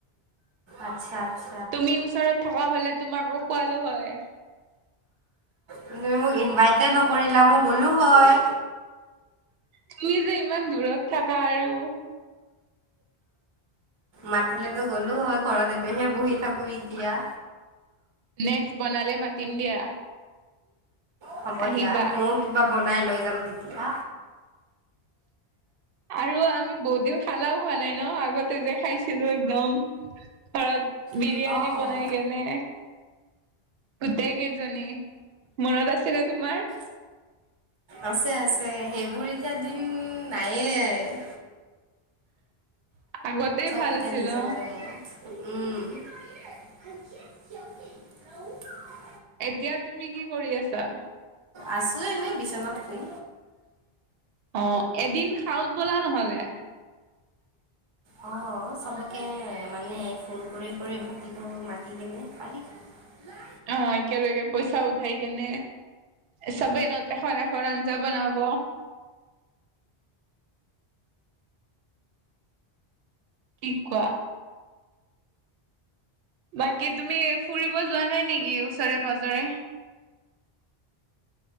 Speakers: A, on the right; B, on the right.
A: আচ্ছা আচ্ছা।
B: তুমি ওচৰত থকা হলে তোমাকো খোৱালো হয়।
A: তুমি মোক ইনভাইট নকৰিলা, মই গ'লো হয়।
B: তুমি যে ইমান দূৰত থাকা আৰু।
A: মাতিলেতো গ'লো হয়, ঘৰত এইটোহে বহি থাকো এতিয়া
B: নেক্সট বনালে মতিম দিয়া।
A: হ'ব
B: আহিবা
A: দিয়া, ময়ও কিবা বনাই লৈ যাম তেতিয়া।
B: আৰু আমি বৌদেউ খানাও খোৱা নাই ন আগতে যে খাইছিলো একদম। ঘৰত বিৰিয়ানী
A: অঁ
B: বনাই কেনে। গোটেই কেইজনী। মনত আছে ন তোমাৰ?
A: আছে, আছে সেইবোৰ এতিয়া দিন নাইয়ে।
B: <inaudible> আগতে ভাল
A: পিতা
B: আছিল
A: নিজম
B: অ
A: জগমত উম <unintelligible> <unintelligible> <inaudible>
B: এতিয়া তুমি কি কৰি আছা?
A: আছো এনেই বিচনাত শুই।
B: অ, এদিন খাও ব'লা নহলে। <inaudible>
A: অ', চবকে মানে ফুন কৰি কৰি মাতিব মাতি কেনে শাৰী। <unintelligible>
B: অ, একেলগে পইচা উঠাই কেনে চবেই নো এখন এখন আঞ্জা বনাব। কি কোৱা? বাকী তুমি ফুৰিব যোৱা নাই নেকি ওচৰে-পাজৰে?